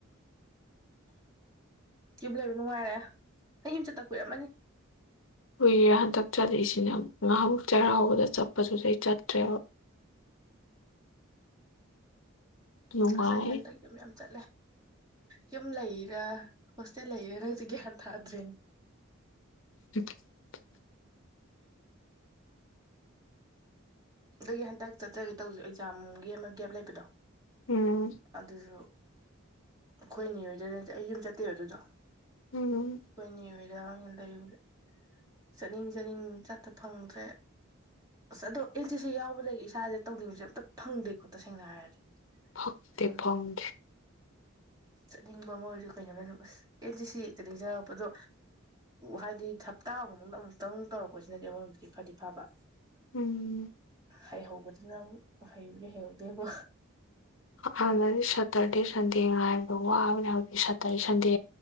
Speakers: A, on the right; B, on the left.
A: ꯌꯨꯝ ꯂꯩꯕ ꯅꯨꯡꯉꯥꯏꯔꯦ ꯍ ꯌꯨꯝꯆꯠ ꯇꯛꯄꯤꯔꯝꯃꯅꯤ
B: ꯀꯨꯏꯔꯦ ꯍꯟꯗꯛ ꯆꯠꯂꯤꯁꯤꯅ ꯉꯥꯏꯍꯥꯃꯨꯛ ꯆꯩꯔꯥꯎꯕꯗ ꯆꯠꯄꯁꯨꯗꯤ ꯑꯩ ꯆꯠꯇ꯭ꯔꯦꯕ ꯅꯨꯡꯉꯥꯏ
A: ꯑꯁ ꯑꯩꯗꯤ ꯍꯟꯗꯛꯇꯤ꫰ꯌꯨꯝ ꯌꯥꯝ ꯆꯥ ꯌꯨꯝ ꯂꯩꯔ ꯍꯣꯁꯇꯦꯜ ꯂꯩꯔ ꯅꯪ ꯍꯧꯖꯤꯛ ꯒ꯭ꯌꯥꯟ ꯇꯥꯗ꯭ꯔꯤ
B: <inaudible>
A: ꯑꯗꯨꯗꯒꯤ ꯍꯟꯗꯛ ꯆꯠꯆꯒꯦ ꯇꯧ ꯑꯦꯛꯖꯥꯝꯒꯤ ꯑꯃ ꯒꯦꯞ ꯂꯩꯕꯗꯣ
B: ꯎꯝ
A: ꯑꯗꯨꯁꯨ ꯑꯩꯈꯣꯏꯅꯦ ꯑꯣꯏꯖꯗ ꯑꯩ ꯌꯨꯝ ꯆꯠꯇꯦ ꯑꯗꯨꯗꯣ
B: ꯎꯝ
A: ꯍꯣꯏꯅꯦ ꯌ <unintelligible> ꯆꯠꯅꯤꯡ ꯆꯠꯅꯤꯡ ꯆꯠꯇ ꯐꯪꯗ꯭ꯔꯦ ꯑꯁ ꯑꯗꯣ ꯑꯦꯟ ꯁꯤ ꯁꯤ ꯌꯥꯎꯕꯗꯒꯤ ꯏꯁꯥꯁꯦ ꯇꯧꯅꯤꯡꯕꯁꯦ ꯑꯝꯇ ꯐꯪꯗꯦꯀꯣ ꯇꯁꯦꯡꯅ ꯍꯥꯏꯔꯗꯤ
B: ꯐꯪꯗꯦ
A: ꯑꯗꯨꯝ
B: ꯐꯪꯗꯦ
A: ꯆꯠꯅꯤꯡꯕ ꯑꯃ ꯑꯣꯏꯔꯁꯨ ꯀꯩꯅꯣ ꯑꯁ ꯑꯦꯟꯗꯤ ꯁꯤ ꯍꯛꯇꯅꯤꯖꯉꯔꯛꯄꯗꯣ ꯍꯥꯏꯗꯤ ꯍꯞꯇꯥ ꯃꯅꯨꯡꯗ ꯑꯃꯨꯛꯇꯪ ꯇꯧꯔꯛꯄꯁꯤꯅꯗꯤ ꯑꯃꯔꯣꯝꯗꯗꯤ ꯐꯗꯤ ꯐꯕ
B: ꯎꯝ
A: ꯍꯩꯍꯧꯕꯗꯨꯅꯪ ꯍꯩꯕꯗꯤ ꯍꯩꯍꯧꯗꯦꯀꯣ
B: ꯍꯟꯅꯗꯤ ꯁꯥꯇꯔꯦꯗꯦ ꯁꯟꯗꯦ ꯉꯥꯏꯕꯗ ꯋꯥꯔꯦ ꯁꯥꯇꯔꯦꯗꯦ ꯁꯟꯗꯦ